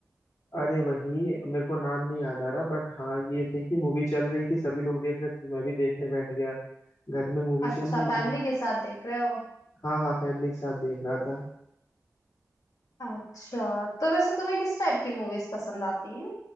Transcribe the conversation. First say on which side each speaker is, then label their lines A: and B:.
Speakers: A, on the left (about 70°); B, on the left (about 85°).
A: अरे वही मेरे को नाम नहीं याद आ रहा बट हाँ ये थी कि मूवी चल रही थी सभी लोग देख रहे थे तो मैं भी देखने बैठ गया घर में मूवी
B: अच्छा
A: चल रही थी
B: फैमिली के साथ देख रहे हो
A: हाँ हाँ फैमिली के साथ देख रहा था
B: अच्छा तो वैसे तुम्हें किस टाइप की मूवीज पसंद आती हैं